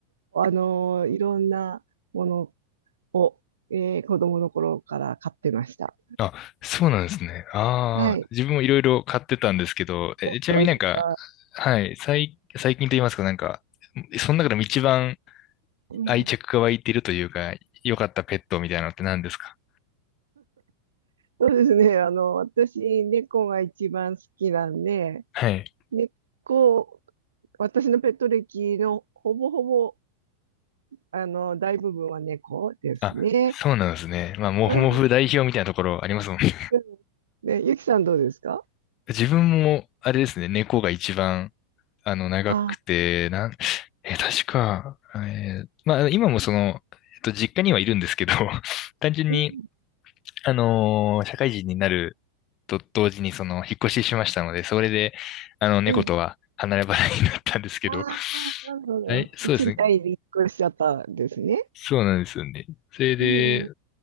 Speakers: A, on the right; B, on the left.
A: 構、あの、いろんなものを、えー子供の頃から飼ってました。
B: あ、そうなんですね。ああ、
A: はい。
B: 自分もいろいろ買ってたんですけど、え、
A: お、
B: ちなみになんか、
A: そうですか。
B: はい、最、最近と言いますか、なんか、その中でも一番
A: うん。
B: 愛着が湧いてるというか、良かったペットみたいなのって何ですか
A: そうですね。あの、私、猫が一番好きなんで、
B: はい。
A: 猫、私のペット歴のほぼほぼあの、大部分は猫ですね。
B: あ、そうなんですね。まあ、もふもふ代表みたいなところありますもんね。
A: うん。うん。で、ゆきさんどうですか
B: <laughs> 自分も、あれですね、猫が一番あの、長くて、
A: あ、
B: なん、え、確か、えーまあ、今もその、えっと、実家にはいるんですけど、<laughs> 単純に、
A: うん。
B: あのー社会人になると同時に、その、引っ越ししましたので、それで、あの、猫とは離れ離れになったんですけど、
A: ええ。ああ、
B: <laughs>
A: なるほど。
B: はいそうですね。
A: 賃貸に引っ越しちゃったんですね。
B: そうなんですよね。それで、
A: うんうん。